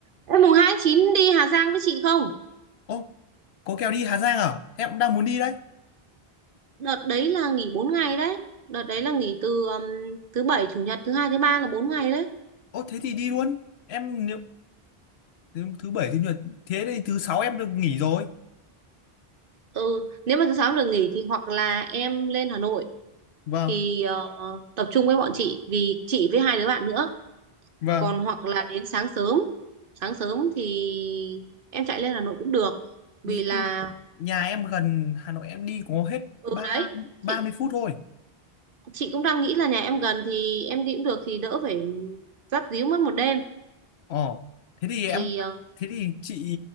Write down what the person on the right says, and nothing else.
em mùng hai tháng chín đi Hà Giang với chị không?
Đợt đấy là nghỉ 4 ngày đấy. Đợt đấy là nghỉ từ um, thứ bảy, chủ nhật, thứ hai, thứ ba là bốn ngày đấy.
Ừ, nếu mà thứ sáu được nghỉ thì hoặc là em lên Hà Nội
thì ờ, tập trung với bọn chị vì chị với hai đứa bạn nữa.
Còn hoặc là đến sáng sớm. Sáng sớm thì em chạy lên Hà Nội cũng được.
Vì là
ừ
đấy,
chị
chị cũng đang nghĩ là nhà em gần thì em đi cũng được thì đỡ phải dắt díu mất một đêm.
Thì
ờ,